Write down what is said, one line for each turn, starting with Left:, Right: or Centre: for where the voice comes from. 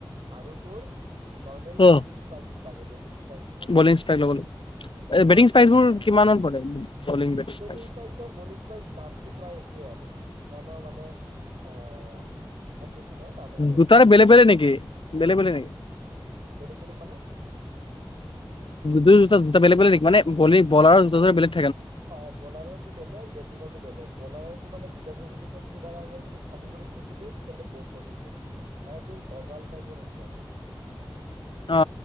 Right: আৰু তোৰ নৰ্মেল
Left: অ
Right: বেটিং স্পাইকছ লাগে বেটিং স্পাইকচ এযোৰ
Left: বলিং
Right: লাগিব।
Left: স্পাইক ল'ব
Right: দুযোৰ
Left: বেটিং
Right: জোতা
Left: স্পাইচ
Right: ল'ব
Left: বোৰ
Right: লাগিব
Left: কিমানত পৰে বলে বলিং বেটিং স্পাইক
Right: বেটিং স্পাইকছৰ আৰু বলিং স্পাইকছ দামটো প্ৰায় এক সেই আৰু ইমানো মানে অঁ কম বেছি নহয় দাম একে
Left: দুটাৰে
Right: চবৰে
Left: বেলেগ বেলে নেকি। বেলেগ বেলেগ নেকি।
Right: বেলেগ বেলেগ মানে।
Left: দু দুটা বেলে বেলেগ মানে বলি বলাৰ দু বলেগ
Right: অ বলাৰৰটো বেলেগ বেটিঙৰটো বেলেগ বলাৰৰটো মানে জোতাযোৰ কিবা কাৰণত খালী কৰি খচি দি তেতিয়াহ'লে ভৰিছে মানে সেইটো গজাল টাইপৰ সেইটো আৰু।
Left: অ